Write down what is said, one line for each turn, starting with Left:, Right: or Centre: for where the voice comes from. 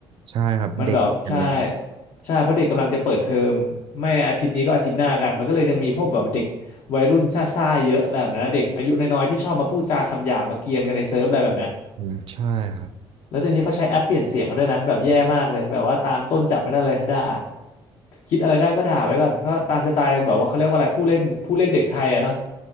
Right: ใช่ครับเด็กกันเลยครับ
Left: มันแบบใช่ใช่เพราะเด็กกำลังจะเปิดเทอมไม่อาทิตย์นี้ก็อาทิตย์หน้ากันมันก็เลยยังมีพวกแบบเด็กวัยรุ่นซ่าๆเยอะอะไรแบบนั้นนะเด็กอายุน้อยๆที่ชอบมาพูดจาคำหยาบมาเกรียนกันในเซิร์ฟอะไรแบบนั้น
Right: อืมใช่ครับ
Left: แล้วเดี๋ยวนี้เขาใช้แอปเปลี่ยนเสียงกันด้วยนะแบบแย่มากเลยแบบว่าตามต้นจับไม่ได้เลยด่าคิดอะไรได้ก็ด่าไว้ก่อนก็ตามสไตล์แบบว่าเขาเรียกว่าอะไรผู้เล่นผู้เล่นเด็กไทยอะเนาะ